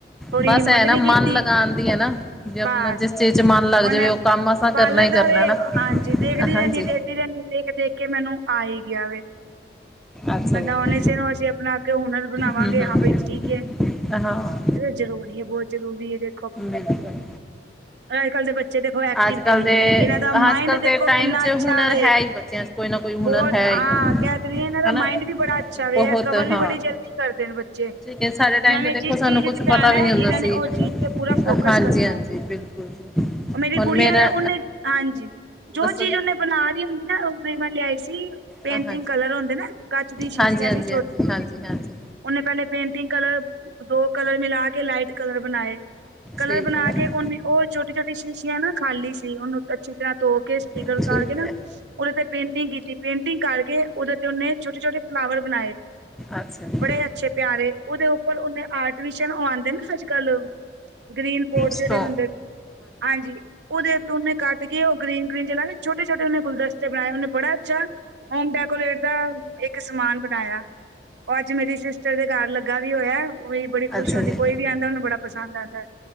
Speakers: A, on the right (about 75°); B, in the centre.
A: ਥੋੜੀ
B: ਬਸ
A: ਹਿੰਮਤ
B: ਐ ਨਾ
A: ਨੀ
B: ਮਨ
A: ਕੀਤੀ।
B: ਲਗਾਣ ਦੀ ਐ ਨਾ ਜੇ ਆਪਣਾ
A: ਬਸ,
B: ਜਿਸ ਚੀਜ਼ ਚ ਮਨ ਲੱਗ
A: ਹੁਣ,
B: ਜਾਵੇ ਉਹ ਕੰਮ ਅਸਾਂ
A: ਪਾਰਲਰ
B: ਕਰਨਾ ਹੀ
A: ਦਾ
B: ਕਰਨਾ
A: ਵੀ
B: ਨਾ
A: ਹਾਂਜੀ ਦੇਖਦੀ
B: ਹਾਂਜੀ।
A: ਰਹਿੰਦੀ ਆ ਦੇਖਦੀ ਰਹਿੰਦੀ ਹ ਦੇਖ -ਦੇਖ ਕੇ ਮੈਨੂੰ ਆ ਹੀ ਗਿਆ ਵੈ,
B: ਅੱਛਾ
A: ਬੰਦਾ
B: ਜੀ।
A: ਓਹਨੇ ਚਿਰ ਨੂੰ ਅਸੀਂ ਆਪਣਾ ਅਗੇ ਹੁਨਰ ਬਣਾਵਾਂਗੇ
B: ਹੂੰ ਹੂੰ
A: ਹਾਂ ਬਾਈ ਠੀਕ ਹੈ
B: ਹਾਂ
A: ਇਹ ਜਰੂਰੀ ਹੈ ਬਹੁਤ ਜ਼ਰੂਰੀ ਹੈ ਤੇ।
B: ਬਿਲਕੁਲ।
A: ਅੱਜ ਕੱਲ੍ਹ ਦੇ ਬੱਚੇ ਦੇਖੋ ਐਕਟਿਵ
B: ਅੱਜ
A: ਕਿੰਨੇ
B: ਕੱਲ੍ਹ ਦੇ
A: ਨੇ ਇਹਨਾਂ ਦਾ ਮਾਇੰਡ
B: ਅੱਜ ਕੱਲ੍ਹ
A: ਦੇਖੋ
B: ਦੇ ਟਾਈਮ
A: ਕਿੰਨਾ
B: 'ਚ
A: ਅੱਛਾ
B: ਹੁਨਰ
A: ਵ
B: ਹੈ ਹੀ ਬੱਚਿਆਂ 'ਚ ਕੋਈ ਨਾ ਕੋਈ ਹੁਨਰ
A: ਬਹੁਤ,
B: ਹੈ ਹੀ।
A: ਹਾਂ ਕਹਿ ਰਹੀ ਇਹਨਾਂ ਦਾ
B: ਹਨਾ
A: ਮਾਈੰਡ ਵੀ ਬੜਾ ਅੱਛਾ ਵੇ
B: ਬਹੁਤ
A: ਕਵਰ ਵੀ
B: ਹਾਂ।
A: ਬੜੀ ਜਲਦੀ ਕਰਦੇ ਨੇ ਬੱਚੇ
B: ਠੀਕ ਸਾਡੇ ਟਾਈਮ
A: ਇਹਨਾਂ ਨੇ
B: ਤੋਂ ਦੇਖੋ
A: ਜਿਸ
B: ਸਾਨੂੰ
A: ਚੀਜ਼
B: ਕੁਛ
A: ਚ ਪੈਣਾ
B: ਪਤਾ ਵੀ ਨੀ
A: ਹੈ
B: ਹੁੰਦਾ
A: ਇਹਨਾਂ ਨੇ
B: ਸੀ,
A: ਉਹ ਚੀਜ਼ ਤੇ ਪੂਰਾ ਫੋਕਸ
B: ਹਾਂਜੀ-
A: ਕਰਨਾ
B: ਹਾਂਜੀ
A: ਹੈ
B: ਬਿਲਕੁਲ। ਹਾਂਜੀ
A: ਮੇਰੀ
B: ਹੁਣ
A: ਗੁੜੀਆ
B: ਮੇਰਾ
A: ਵੈ ਉਹਨੇ, ਹਾਂਜੀ, ਜੋ
B: ਦੱਸੋ
A: ਚੀਜ਼
B: ਜੀ
A: ਉਹਨੇ ਬਣਾ ਰਹੀ ਹੁੰਦੀ ਨਾ ਉਸਦੇ ਮੈਂ ਲਿਆਈ ਸੀ, ਪੇਂਟਿੰਗ
B: ਹਾਂਜੀ।
A: ਕਲਰ ਹੁੰਦੇ ਨਾ ਕੱਚ ਦੀ ਸ਼ੀਸ਼ੀਆਂ
B: ਹਾਂਜੀ ਹਾਂਜੀ
A: ਚ।
B: ਹਾਂਜੀ, ਹਾਂਜੀ!
A: ਉਹਨੇ ਪਹਿਲੇ ਪੇਂਟਿੰਗ ਕਲਰ, ਦੋ ਕਲਰ ਮਿਲਾ ਕੇ ਲਾਈਟ ਕਲਰ ਬਣਾਏ! ਕਲਰ
B: ਠੀਕ
A: ਬਣਾ
B: ਹੈ
A: ਕੇ ਉਹਨੇ, ਉਹ ਛੋਟੀ- ਛੋਟੀ ਸ਼ੀਸ਼ੀਆਂ ਨਾ ਖਾਲੀ ਸੀ ਉਹਨੂੰ ਅੱਛੀ ਤਰ੍ਹਾਂ ਧੋ ਕੇ ਸਟੀਕਰ
B: ਠੀਕ
A: ਉਤਾਰ ਕੇ ਨਾ।
B: ਹੈ
A: ਉਹਦੇ ਤੇ ਪੇਂਟਿੰਗ ਕੀਤੀ ਪੇਂਟਿੰਗ ਕਰਕੇ ਉਹਦੇ ਤੇ ਉਹਨੇ ਛੋਟੇ -ਛੋਟੇ ਫਲਾਵਰ ਬਣਾਏ।
B: ਅੱਛਾ ਜੀ
A: ਬੜੇ ਅੱਛੇ ਪਿਆਰੇ, ਉਹਦੇ ਉੱਪਰ ਉਹਨੇ ਆਰਟੀਫਿਸ਼ਲ ਉਹ ਆਂਉਦੇ ਨਾ ਅੱਜ ਕੱਲ ਗ੍ਰੀਨ ਬੋਰਡ
B: ਸਟੋ
A: ਜਿਹੜੇ ਹੁੰਦੇ ਨੇ, ਹਾਂਜੀ ਉਹਦੇ ਉਨੇ ਕੱਟ ਕੇ ਉਹ ਗ੍ਰੀਨ -ਗ੍ਰੀਨ ਜਿਹੜਾ ਕੇ ਛੋਟੇ-ਛੋਟੇ ਗੁਲਦਸਤੇ ਬਣਾਏ ਉਹਨੇ ਬੜਾ ਅੱਛਾ ਹੋਮ ਡੈਕੋਰੇਟ ਦਾ ਇੱਕ ਸਮਾਨ ਬਣਾਇਆ। ਉਹ ਅੱਜ ਮੇਰੀ ਸਿਸਟਰ ਦੇ ਘਰ ਲੱਗਾ ਵੀ ਹੋਇਆ, ਉਹ ਬੜੀ ਖੁਸ਼
B: ਅੱਛਾ
A: ਹੁੰਦੀ
B: ਜੀ
A: ਕੋਈ ਵੀ ਆਂਉਦਾ ਉਹਨੂੰ ਬੜਾ ਪਸੰਦ ਆਉਂਦਾ।